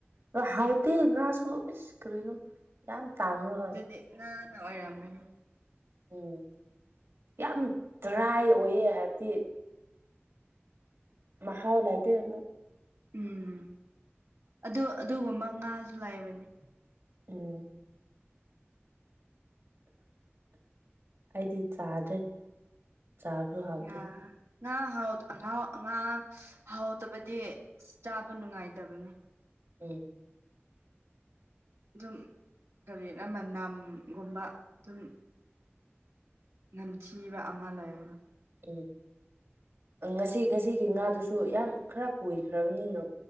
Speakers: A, on the right (about 60°); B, on the right (about 85°).
A: ꯑꯣ ꯍꯥꯎꯇꯦ ꯉꯥꯁꯨ ꯏꯁ ꯀꯔꯤꯅꯣ ꯌꯥꯝ ꯇꯥꯡꯉꯒ
B: ꯑꯗꯨꯗꯤ ꯉꯥ ꯅꯥ ꯑꯣꯏꯔꯝꯒꯅꯤ
A: ꯎꯝ ꯌꯥꯝ ꯗ꯭ꯔꯥꯏ ꯑꯣꯏꯌꯦ ꯍꯥꯏꯕꯗꯤ ꯃꯍꯥꯎ ꯂꯩꯇꯦ ꯑꯃꯨꯛ
B: ꯎꯝ ꯑꯗꯨ ꯑꯗꯨꯒꯨꯝꯕ ꯉꯥꯁꯨ ꯂꯥꯏꯕꯅꯤ
A: ꯎꯝ ꯑꯩꯗꯤ ꯆꯥꯗ꯭ꯔꯦ ꯆꯥꯕꯁꯨ ꯍꯥꯎꯇꯦ
B: ꯉꯥ ꯉꯥ ꯍꯥꯎꯗ ꯑꯥꯉꯧ ꯑꯥꯉꯥ ꯍꯥꯎꯗꯕꯗꯤ ꯑꯁ ꯆꯥꯕ ꯅꯨꯡꯉꯥꯏꯇꯕꯅꯦ
A: ꯎꯝ
B: ꯑꯗꯨꯝ ꯀꯔꯤꯔ ꯃꯅꯝꯒꯨꯝꯕ ꯑꯗꯨꯝ ꯅꯝꯊꯤꯕ ꯑꯃ ꯂꯩꯕꯅꯤ
A: ꯎꯝ ꯉꯁꯤ ꯉꯁꯤꯒꯤ ꯉꯥꯗꯨꯁꯨ ꯌꯥꯝ ꯈꯔ ꯀꯣꯏꯈ꯭ꯔꯕꯅꯤꯅ